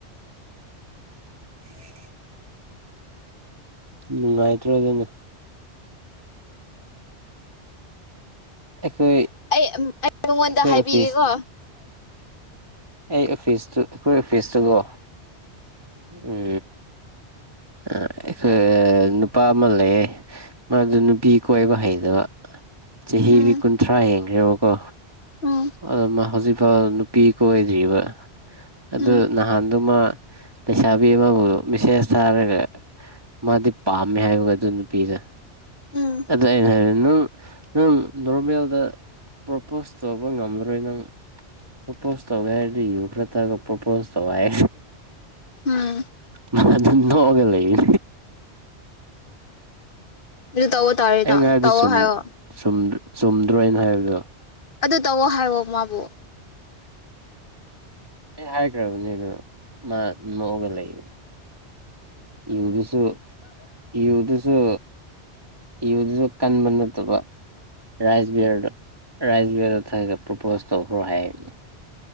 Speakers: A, on the right; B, on the left.
A: <unintelligible> ꯅꯨꯡꯉꯥꯏꯇ꯭ꯔꯣ ꯑꯗꯨꯅ ꯑꯩꯈꯣꯏ
B: ꯑꯩ ꯑꯝ ꯑꯩ ꯃꯉꯣꯟꯗ
A: ꯑꯩꯈꯣꯏ
B: ꯍꯥꯏꯕꯤꯒꯦꯀꯣ
A: ꯑꯣꯐꯤꯁ ꯑꯩ ꯑꯣꯐꯤꯁꯇꯨ ꯑꯩꯈꯣꯏ ꯑꯣꯐꯤꯁꯇꯨꯒꯣ ꯎꯝ ꯑꯥ ꯑꯩꯈꯣꯏ ꯅꯨꯄꯥ ꯑꯃ ꯂꯩꯌꯦ ꯃꯥꯗꯨ ꯅꯨꯄꯤ ꯀꯣꯏꯕ ꯍꯩꯗꯕ ꯆꯍꯤꯗꯤ
B: ꯎꯝ
A: ꯀꯨꯟꯊ꯭ꯔꯥ ꯍꯦꯟꯈ꯭ꯔꯦꯕꯀꯣ
B: ꯎꯝ
A: ꯑꯗꯣ ꯃꯥ ꯍꯧꯖꯤꯛꯐꯥꯎ ꯅꯨꯄꯤ ꯀꯣꯏꯗ꯭ꯔꯤꯕ ꯑꯗꯨ
B: ꯎꯝ
A: ꯅꯍꯥꯟꯗꯨꯃꯥ ꯂꯩꯁꯥꯕꯤ ꯑꯃꯕꯨ ꯃꯦꯁꯦꯖ ꯊꯥꯔꯒ ꯃꯥꯗꯤ ꯄꯥꯝꯃꯦ ꯍꯥꯏꯕꯒ ꯑꯗꯨ ꯅꯨꯄꯤꯗꯣ
B: ꯎꯝ
A: ꯑꯗꯨ ꯑꯩꯅ ꯍꯥꯏꯔꯦ ꯅꯪ ꯅꯪ ꯅꯣꯔꯃꯦꯜꯗ ꯄ꯭ꯔꯣꯄꯣꯁ ꯇꯧꯕ ꯉꯝꯂꯔꯣꯏ ꯅꯪ ꯄ꯭ꯔꯣꯄꯣꯁ ꯇꯧꯒꯦ ꯍꯥꯏꯔꯗꯤ ꯌꯨ ꯈꯔ ꯊꯛꯑꯒ ꯄ꯭ꯔꯣꯄꯣꯁ ꯇꯧ ꯍꯥꯏ
B: ꯎꯝ
A: ꯃꯥ ꯑꯗꯨꯝ ꯅꯣꯛꯑꯒ ꯂꯩꯌꯦ
B: ꯑꯗꯨ ꯇꯧꯑꯣ ꯇꯥꯔꯦꯅ
A: ꯑꯩꯅ ꯍꯥꯏꯕꯗꯨ
B: ꯇꯧꯑꯣ
A: ꯆꯨꯝ
B: ꯍꯥꯏꯌꯣ
A: ꯆꯨꯝ ꯆꯨꯝꯗ꯭ꯔꯣ ꯑꯩꯅ ꯍꯥꯏꯕꯗꯣ
B: ꯑꯗꯨ ꯇꯧꯋꯣ ꯍꯥꯏꯋꯣ ꯃꯥꯕꯨ
A: ꯑꯩ ꯍꯥꯏꯈ꯭ꯔꯕꯅꯦ ꯑꯗꯣ ꯃꯥ ꯅꯣꯛꯑꯒ ꯂꯩꯌꯦ ꯌꯨꯗꯨꯁꯨ ꯌꯨꯗꯨꯁꯨ ꯌꯨꯗꯨꯁꯨ ꯀꯟꯕ ꯅꯠꯇꯕ ꯔꯥꯏꯁ ꯕꯤꯌꯔꯗꯣ ꯔꯥꯏꯁ ꯕꯤꯌꯔꯗꯣ ꯊꯛꯑꯒ ꯄ꯭ꯔꯣꯄꯣꯁ ꯇꯧꯈ꯭ꯔꯣ ꯍꯥꯏꯕꯅꯦ